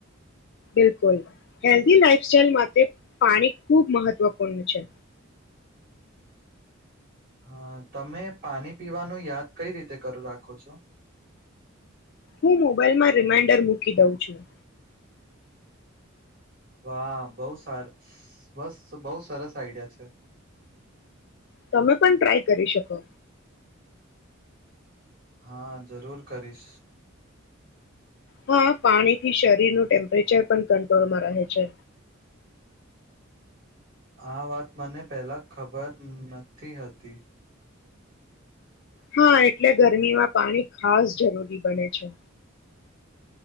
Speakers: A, on the left; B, on the right.
A: બિલકુલ હેલ્ધી લાઈફ સાઈલ માટે પાણી ખુબ મહત્વપૂર્ણ છે
B: હા તમે પાણી પીવાનું યાદ કઈ રીતે કરું રાખો છો
A: હું મોબાાઈલમાં રિમાઈન્ડર મૂકી દઉં છું
B: વાહ બહ સાર બસ બહુ સરસ આઈડિયા છે
A: તમે પણ ટ્રાય કરી શકો
B: હા જરૂર કરીશ
A: હા પાણી થી શરીર ન ટેમ્પરેચર પણ ક ડમાં રહે છે
B: આ વાત મને પહેલા ખબર નથી હતી
A: હા એટલે ઘર ગરમીમાં પાણી ખાસ જરૂરી બને છે